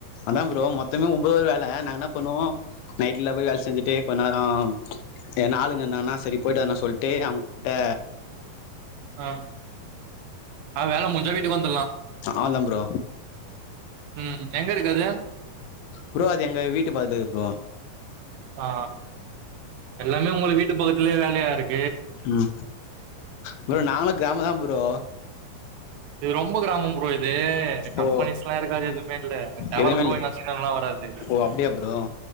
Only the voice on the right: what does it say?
ஆ ஆ வேல முஞ்சா வீட்டுக்கு வந்துட்லா
ம் எங்கருக்கு அது
ஆ எல்லாமே உங்களு வீட்டு பக்கத்லயே வேலையா இருக்
இது ரொம்ப கிராமம் ப்ரோ இது கம்பெனிஸ்லா
இருக்காது எதுமே இல்ல டவர்
கூடொ
ஒயுங்கா சிக்னல்லா வராது